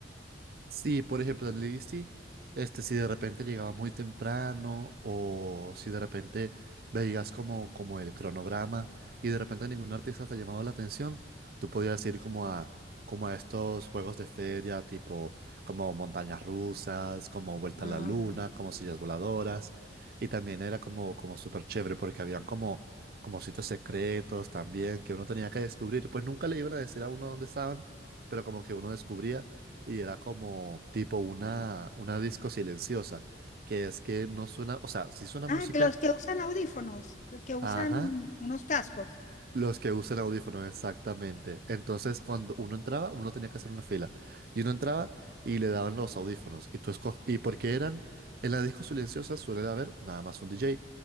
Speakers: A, on the right (about 50°); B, on the left (about 40°).
A: Sí, por ejemplo, en Lizzy, este, si de repente llegabas muy temprano o si de repente veías como, como el cronograma y de repente ningún artista te llamaba la atención, tú podías ir como a, como a estos juegos de feria, tipo como montañas rusas, como vuelta
B: Ah,
A: a la luna, como sillas voladoras. Y también era como, como súper chévere porque habían como, como sitios secretos también que uno tenía que descubrir. Pues nunca le iban a decir a uno dónde estaban, pero como que uno descubría. Y era como tipo una, una disco silenciosa, que es que no suena, o sea, sí suena
B: Ah,
A: música,
B: que los que usan audífonos, que usan
A: ajá,
B: unos cascos.
A: los que usan audífonos, exactamente. Entonces, cuando uno entraba, uno tenía que hacer una fila. Y uno entraba y le daban los audífonos. Y tú esco- Y porque eran. En la disco silenciosa suele haber nada más un DJ.